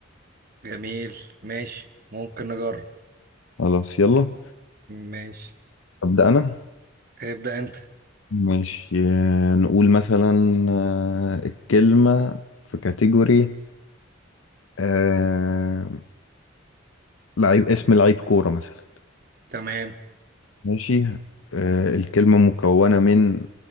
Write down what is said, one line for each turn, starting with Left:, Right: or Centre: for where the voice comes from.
Right: جميل ماشي ممكن نجرب
Left: خلاص يلا
Right: ماشي
Left: أبدأ انا
Right: ابدأ انت
Left: ماشي آه، نقول مثلا آه، الكلمة في كاتيجوري آه، لعيب اسم لعيب كورة مثلا
Right: تمام
Left: ماشي آه، الكلمة مكونة من